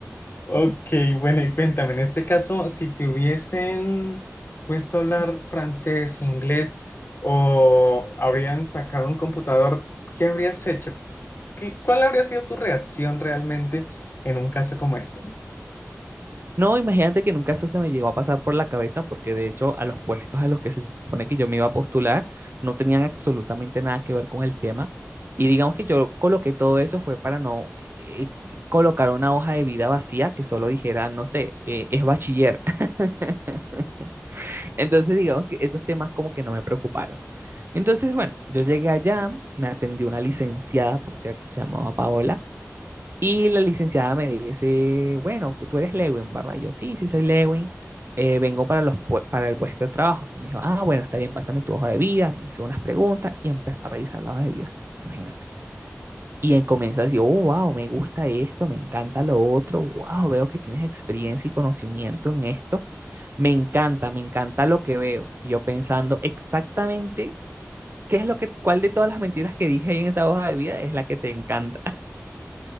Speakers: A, on the left; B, on the right.
A: Ok, bueno, y cuéntame, en este caso, si te hubiesen puesto a hablar francés, inglés o habrían sacado un computador, ¿qué habrías hecho? ¿Qué- cuál habría sido tu reacción realmente en un caso como este?
B: No, imagínate que nunca eso se me llegó a pasar por la cabeza, porque de hecho a los puestos a los que se supone que yo me iba a postular no tenían absolutamente nada que ver con el tema. Y digamos que yo coloqué todo eso fue para no eh, eh, colocar una hoja de vida vacía que solo dijera, no sé, eh, es bachiller. <laughs> Entonces digamos que esos temas como que no me preocuparon. Entonces, bueno, yo llegué allá, me atendió una licenciada, por cierto, se llamaba Paola. Y la licenciada me dice, bueno, tú eres Lewin, ¿verdad? Y yo, sí, sí soy Lewin, eh, vengo para, los, pue- para el puesto de trabajo. Me dijo, ah, bueno, está bien, pásame tu hoja de vida. Me hizo unas preguntas y empezó a revisar la hoja de vida, imagínate. Y él comienza así, oh, wow, me gusta esto, me encanta lo otro, wow, veo que tienes experiencia y conocimiento en esto, me encanta, me encanta lo que veo. Y yo pensando exactamente qué es lo que, cuál de todas las mentiras que dije ahí en esa hoja de vida es la que te encanta.